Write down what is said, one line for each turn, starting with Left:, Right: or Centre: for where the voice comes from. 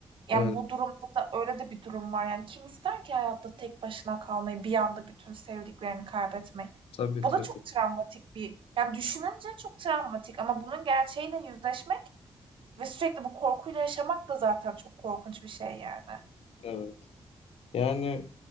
Right: Yani,
Left: Evet.
Right: bu durumda da öyle de bir durum var. Yani, kim ister ki hayatta tek başına kalmayı, bir anda bütün sevdiklerini kaybetmeyi?
Left: Tabii
Right: Bu
Left: tabii.
Right: da çok travmatik bir Yani, düşününce çok travmatik ama bunun gerçeğiyle yüzleşmek ve sürekli bu korkuyla yaşamak da zaten çok korkunç bir şey yani.
Left: Evet. Yani